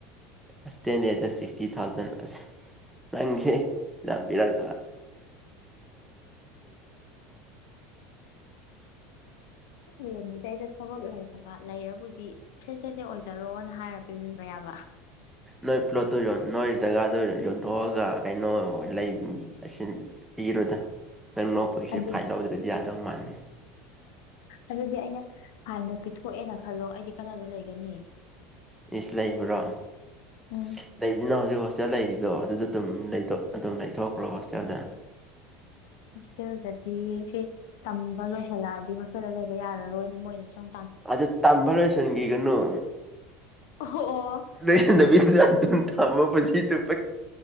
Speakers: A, in the centre; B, on the left.
A: sixteen ꯗꯦꯗ ꯁꯤꯛꯁꯇꯤ ꯊꯧꯖꯟ ꯑꯁ UNINTELLIGIBLE
B: UNINTELLIGIBLE ꯁꯦ ꯁꯦ ꯁꯦ ꯑꯣꯏꯖꯔꯣꯅ ꯍꯥꯏꯔ ꯄꯤꯕꯤꯕ ꯌꯥꯕ
A: ꯅꯣꯏ ꯄ꯭ꯂꯣꯠꯇꯣ ꯌꯣꯟ ꯅꯣꯏ ꯖꯒꯥꯗꯣ ꯌꯣꯟꯊꯣꯛꯑꯒ ꯀꯩꯅꯣ ꯂꯩ ꯑꯁꯤ ꯄꯤꯔꯨꯗ ꯅꯪ ꯅꯣꯛꯄꯒꯤꯁꯦ
B: ꯑꯗꯨ
A: ꯐꯥꯏꯟ ꯂꯧꯗ꯭ꯔꯗꯤ ꯌꯥꯗꯧ ꯃꯥꯟꯗꯦ
B: ꯑꯗꯨꯗꯤ ꯑꯩꯅ ꯐꯥꯏꯟꯗꯣ ꯄꯤꯊꯣꯛꯑꯦꯅ ꯈꯜꯂꯣ ꯑꯩꯗꯤ ꯀꯗꯥꯏꯗ ꯂꯩꯒꯅꯤ
A: ꯏꯁ ꯂꯩꯕ꯭ꯔꯣ ꯂꯩꯕꯅꯤꯅ
B: ꯎꯝ
A: ꯍꯧꯖꯤꯛ ꯍꯣꯁꯇꯦꯜ ꯂꯩꯔꯤꯗꯣ ꯑꯗꯨꯗ ꯑꯗꯨꯝ ꯑꯗꯨꯝ ꯂꯩꯊꯣꯛꯈ꯭ꯔꯣ ꯍꯣꯁꯇꯦꯜꯗ
B: ꯍꯣꯁꯇꯦꯜꯗꯗꯤ ꯁꯤ ꯇꯝꯕ ꯂꯣꯏꯁꯜꯂꯛꯑꯗꯤ ꯍꯣꯁꯇꯦꯜꯗ ꯂꯩꯒꯦ ꯌꯥꯔꯔꯣꯏꯅꯦ ꯃꯣꯏꯅ ꯁꯨꯝ
A: ꯑꯗ ꯇꯝꯕ ꯂꯣꯏꯁꯟꯈꯤꯒꯅꯨ
B: ꯑꯣ
A: ꯂꯣꯏꯁꯟꯗꯕꯤꯗ ꯑꯗꯨꯝ ꯊꯝꯃꯨ ꯄꯨꯟꯁꯤ ꯆꯨꯨꯞ